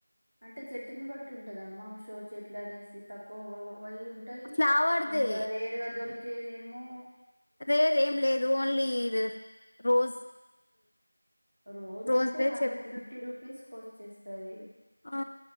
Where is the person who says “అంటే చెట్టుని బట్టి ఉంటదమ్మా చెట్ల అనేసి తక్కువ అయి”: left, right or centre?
Right